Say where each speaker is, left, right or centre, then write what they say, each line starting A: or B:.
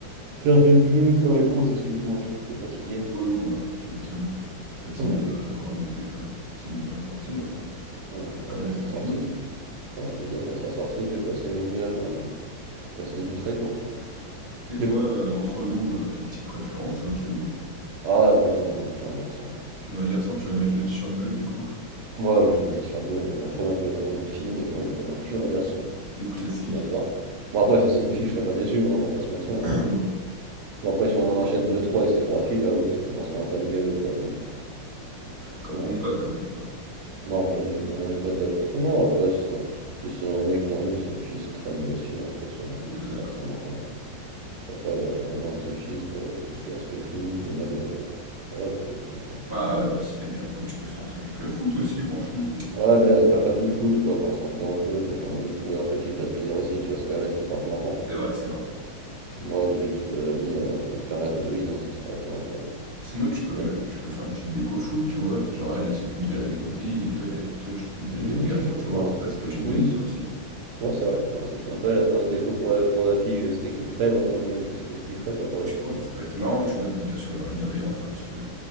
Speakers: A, on the right; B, on the right.
A: serviette bleue, serviette rose, excuse-moi, je suis un peu fatigué.
B: Ouais, non, euh, tu m'étonnes. C'est fatigant
A: Ouais,
B: de- d'avoir un bébé euh, qui est même pas sorti. hein.
A: ouais,
B: Ça doit
A: bah
B: quand même
A: quand il
B: être
A: sera
B: fatigant.
A: sorti, je, ouais, je peux te dire, quand il sera sorti, je vais passer mes nuits, euh, passer des nuits très courtes. hein.
B: Et toi,
A: Mais bon.
B: euh, entre nous, euh, t'as une petite préférence au cas où?
A: Ah ouais, moi, je, moi, j'ai un garçon.
B: Tu veux un garçon, tu vas mettre le t-shirt bleu du coup?
A: Moi, moi, moi j'aime le t-shirt bleu. Ma femme avait, avait une fille, mais moi, je- j'ai un garçon.
B: Le classique.
A: Donc là. Bon après si c'est une fille je serais pas déçu, hein, on va pas se mentir. hein,
B: <clears throat>
A: mais...
B: Non,
A: Bon après si on en enchaîne 2-3 avec ces trois filles là oui ça commencerait un peu à me gaver quoi mais bon.
B: quand
A: Non,
B: même pas, quand même pas.
A: non j'abuse, mais on en est pas de là de toute façon. Non après un- si c'est un mec tant mieux, si c'est une fille c'est très bien aussi hein, de toute façon
B: On est
A: ça
B: d'accord.
A: reste un enfant. Juste après ouais, j'aimerais bien un de ses fils pour le... tout ce qui est aspect foot, même euh, voilà quoi les trucs. hein.
B: Bah ouais, bah si t'aimes bien le foot, tu peux faire un truc avec le foot aussi, franchement.
A: Ouais mais elle est pas fan du foot quoi, enfin on s'en fout un peu donc j'ai envie de trouver un truc qui lui fasse plaisir aussi, tu vois, c'est quand même elle qui porte l'enfant quoi.
B: C'est vrai, c'est vrai.
A: Moi j'ai juste euh, mis euh, mon spermatozoïde, non, ça s'arrête là. Elle,
B: Sinon, tu peux
A: elle
B: même, tu peux faire une petite déco foot, tu vois. Genre, elle, elle s'occupe de la déco fille et toi, et toi, tu t'occupes de
A: Oui,
B: la déco garçon,
A: je
B: tu
A: peux faire
B: vois.
A: un. truc.
B: Ça, ça peut être une bonne
A: Oui,
B: idée
A: c'est-
B: aussi.
A: ouais, ça, je peux faire un truc sympa, la faire un déco pour, la- pour la fille, euh, ce qu'elle kifferait, moi pour le mec, ce que je kifferais, pas pour le
B: Tu
A: petit.
B: vois? Ça peut être marrant, tu vois, bien sûr dans la bienveillance, hein, parce que euh,